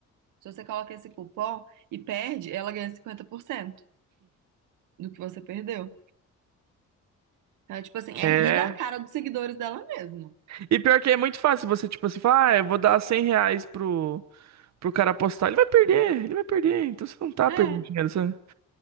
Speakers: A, on the right; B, on the right.
A: Se você coloca esse cupom e perde, ela ganha 50% do que você perdeu. Então, é tipo assim, é
B: É.
A: rir da cara dos seguidores dela mesmo.
B: E pior que é muito fácil você, tipo assim, falar, ah, eu vou dar 100 reais pro, pro cara apostar. Ele vai perder, ele vai perder. Então você não tá
A: É,
B: perdendo dinheiro, sabe?